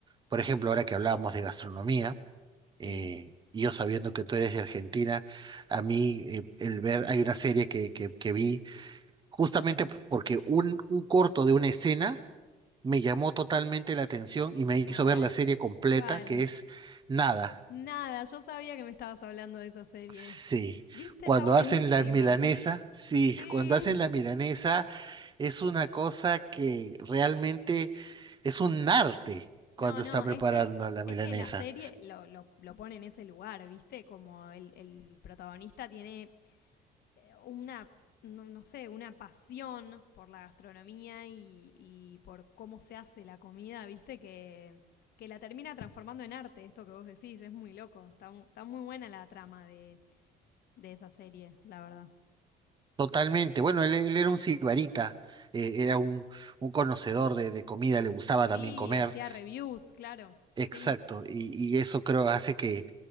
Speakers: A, on the right; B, on the left.
A: por ejemplo, ahora que hablábamos de gastronomía,
B: sí.
A: eh, y yo sabiendo que tú eres de Argentina, a mí eh, el ver, hay una serie que, que, que vi justamente porque un, un corto de una escena me llamó totalmente la atención y me hizo
B: A ver,
A: ver la serie completa,
B: ¿cuál?
A: que es Nada.
B: Nada, yo sabía que me estabas hablando de esa serie.
A: Sí,
B: ¿Viste?
A: cuando
B: Está buenísima.
A: hacen la milanesa, sí,
B: Sí.
A: cuando hacen la milanesa es una cosa que realmente es un arte
B: No,
A: cuando
B: no,
A: está preparando
B: este.
A: la milanesa.
B: Es que la serie lo, lo, lo pone en ese lugar, ¿viste? Como el, el protagonista tiene eh, una, no, no sé, una pasión por la gastronomía y, y por cómo se hace la comida, ¿viste? Que, que la termina transformando en arte, esto que vos decís, es muy loco. Está, está muy buena la trama de, de esa serie, la verdad.
A: Totalmente. Bueno, él, él era un sibarita, eh, era un, un conocedor de, de comida, le gustaba también
B: Sí,
A: comer.
B: hacía reviews, claro.
A: Exacto.
B: Sí.
A: Y, y eso creo hace que